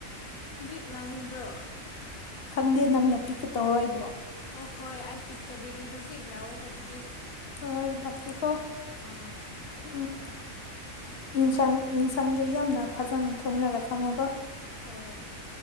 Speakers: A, on the left (about 90°); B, on the left (about 50°).
A: ꯍꯧꯖꯤꯛ ꯂꯥꯅꯤꯝꯕ꯭ꯔꯣ
B: ꯈꯪꯗꯦ ꯅꯪꯅ ꯄꯤꯛꯀ ꯇꯧꯔ ꯑꯩꯕꯨ
A: ꯑꯣ ꯍꯣꯏ ꯑꯩ ꯄꯤꯛ ꯇꯧꯕꯤꯒꯦ ꯍꯧꯖꯤꯛ ꯂꯥꯛꯑꯣ ꯑꯗꯨꯗꯤ
B: ꯍꯣꯏ ꯂꯥꯛꯀꯦꯀꯣ
A: ꯑꯥ
B: ꯎꯝ
A: ꯂꯥꯛꯑꯣ
B: ꯏꯟꯁꯥꯡ ꯏꯟꯁꯥꯡꯗꯣ ꯌꯥꯝꯅ ꯐꯖꯅ ꯊꯣꯡꯔꯒ ꯊꯝꯃꯣꯀꯣ
A: ꯍꯣꯏ